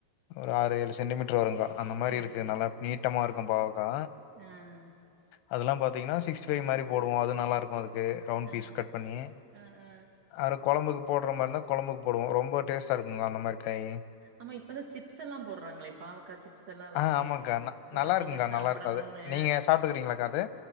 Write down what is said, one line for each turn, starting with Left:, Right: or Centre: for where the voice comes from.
Left: ஒரு ஆறு ஏழு சென்டிமீட்ரு வருங்கா. அந்த மாரி
Right: சரிங்க.
Left: இருக்கு நல்லா நீட்டமாருக்கும் பாவக்கா.
Right: அ.
Left: அதெல்லா பாத்தீங்கன்னா சிக்ஸ்டி ஃபை மாரி போடுவோ அது நல்லா இருக்கு அதுக் கு ரவுண்
Right: ஆ.
Left: பீஸ் கட் பண்ணி
Right: ஆ. ஆ.
Left: அர கொழம்புக்கு போட்ற மாரினா கொழம்புக்கு போடுவோ ரொம்போ டேஸ்ட்டா இருக்குங்ல அந்த மாரி. கையிங்
Right: ஆமா இப்பதா சிப்ஸ் எல்லா போட்றாங்களே பாவக்கா சிப்ஸ் எல்லா வருதே.
Left: ஆ ஆமாங்க்கா. ந
Right: கொழந்தைங்க
Left: நல்லாருக்குங்க்கா,
Right: சாப்படணுன்னு
Left: நல்லாருக்கும் அது. நீங்க சாப்ட்டுருக்கிறீங்களாக்கா அது?